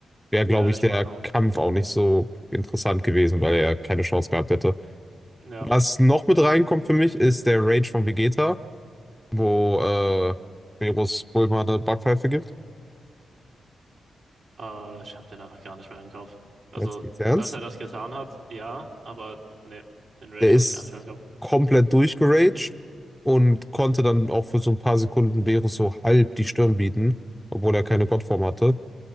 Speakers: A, in the centre; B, on the right.
A: wäre, glaube
B: Ja,
A: ich,
B: ich
A: der
B: meine auch.
A: Kampf auch nicht so interessant gewesen, weil er keine Chance gehabt hätte.
B: Ja.
A: Was noch mit reinkommt für mich, ist der Rage von Vegeta, wo äh, Meerus Bulma eine Backpfeife gibt.
B: Äh, ich habe den einfach gar nicht mehr im Kopf. Also,
A: Jetzt geht's ernst.
B: dass er das getan hat, ja, aber ne, den Rage
A: Der ist
B: habe ich gar nicht mehr im Kopf.
A: komplett durchgeraged und konnte dann auch für so ein paar Sekunden Beerus so halb die Stirn bieten, obwohl er keine Gottform hatte.